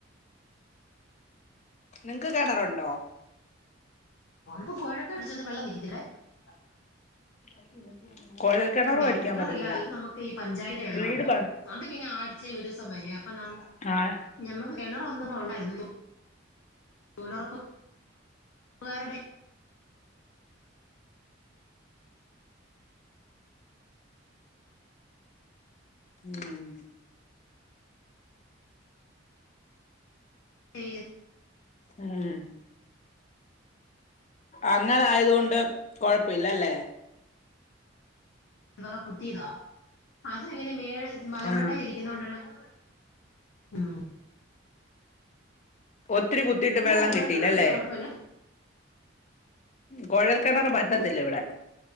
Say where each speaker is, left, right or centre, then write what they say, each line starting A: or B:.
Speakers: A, on the left; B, on the left.
A: നിങ്ങ്ക്ക് കിണറുണ്ടോ?
B: അപ്പൊപുഴക്കഅടിച്ചത് വെള്ളം <unintelligible>
A: <unintelligible>
B: ഞങ്ങക്കിണറിയില്ല
A: അടിക്കാൻ പറ്റത്തില്ല
B: അല്ലനമുക്ക് ഈപഞ്ചായന്റെ വെള്ളണ്ട്
A: വീട് പ
B: അത്പിന്നെ ആഴ്ചൽ ഒരൂസംവരം അപ്പൊന നമുക്ക്
A: ആഹ
B: <unintelligible> <unintelligible>
A: ഉം
B: <unintelligible>
A: ആഹ അങ്ങളായതൊണ്ട് കൊഴപ്പില്ലല്ലേ?
B: <unintelligible> മേൽ മലമണ്ടയിരിക്കുതുകൊണ്ട്
A: ആ
B: <inaudible> ആഹ
A: ഒത്തിരികുത്തീട്ട്
B: ആ
A: വെള്ളംകിട്ടീലല്ലേ?
B: കുഴൽക്കിണർ വെച്ചാ കുഴപ്പമില്ല
A: കോഴൽകെണറ് പറ്റത്തില്ലവിടെ
B: ഉം